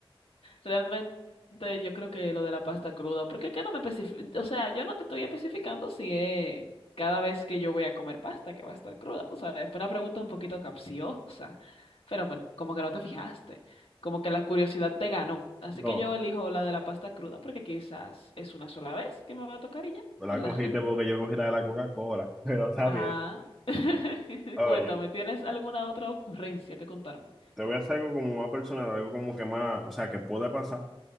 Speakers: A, on the left; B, in the centre.
A: realmente yo creo que lo de la pasta cruda, porque que no me especifica, o sea, yo no te estoy especificando si es cada vez que yo voy a comer pasta que va a estar cruda, tú sabes, fue una pregunta un poquito capciosa, pero bueno, como que no te fijaste, como que la curiosidad te ganó, así
B: No,
A: que yo elijo la de la pasta cruda porque quizás es una sola vez que me va a tocar y ya,
B: no la
A: ¿verdad?
B: cogiste porque yo cogí la de la Coca-Cola, pero está
A: Ah,
B: bien.
A: <laughs>
B: Oye,
A: cuéntame, ¿tienes alguna otra ocurrencia que contarme?
B: te voy a hacer algo como más personal, algo como que más, o sea, que puede pasar.